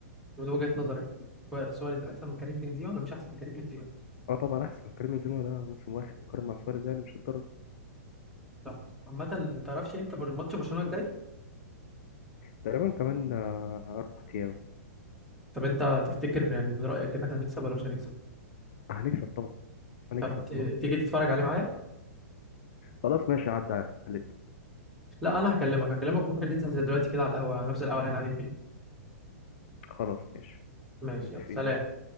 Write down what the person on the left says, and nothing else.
اه طبعا أحسن كريم بنزيما ده موسم واحد يقارن مع سواريز يعني مش الدرجة
تقريبا كمان آه، أربع أيام
هنكسب طبعا هنكسب
خلاص
كده
خلاص ماشي عدى عليك
خلاص ماشي
متفقين